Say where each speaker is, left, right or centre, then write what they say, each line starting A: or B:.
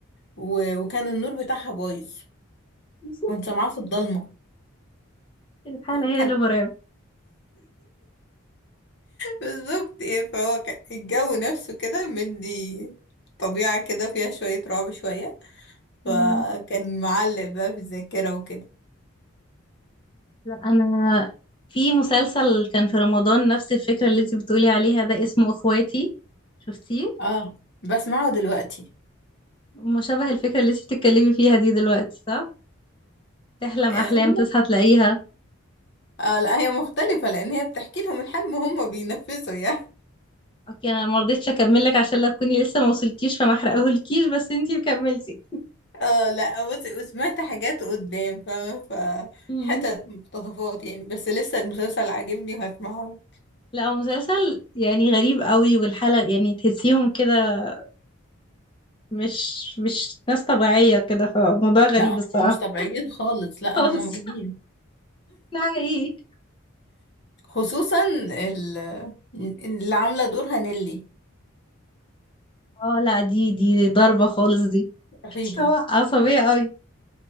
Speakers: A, on the left (about 55°); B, on the left (about 25°).
A: و... وكان النور بتاعها بايظ
B: <laughs>
A: كنت سامعاه في الضلمة
B: الحالة
A: وكان
B: هي اللي مرعبة
A: <laughs> بالظبط ايه فهو كان الجو نفسه كده مدي طبيعة كده فيها شوية رعب شوية فكان
B: مم.
A: معلق بقى في الذاكرة وكده
B: لا انا في مسلسل كان في رمضان نفس الفكرة اللي انت بتقولي عليها ده اسمه اخواتي شفتيه
A: اه بسمعه دلوقتي
B: مشابه الفكرة اللي انت بتتكلمي فيها دي دلوقتي صح تحلم
A: آه،
B: احلام
A: هم
B: تصحى تلاقيها
A: اه لا هي مختلفة لأن هي بتحكي لهم الحلم وهم بينفذوا يعني
B: اوكي انا ما رضيتش اكمل لك عشان لا تكوني لسه ما وصلتيش فما احرقهولكيش بس انت كملتي
A: اه لا بص وسمعت حاجات قدام فاهمة فحتت
B: مم.
A: مقتطفات يعني بس لسه المسلسل عاجبني وهسمعه
B: لا هو مسلسل يعني غريب قوي والحلقة يعني تحسيهم كده مش مش ناس طبيعية كده فموضوع غريب
A: لا هم
B: الصراحة
A: مش طبيعيين خالص لا
B: خالص
A: هم مجانين
B: <laughs> ده حقيقي
A: خصوصا ال- اللي عاملة دورها نيلي
B: اه لا دي دي ضربة خالص دي
A: رهيبة
B: <laughs> هو عصبية قوي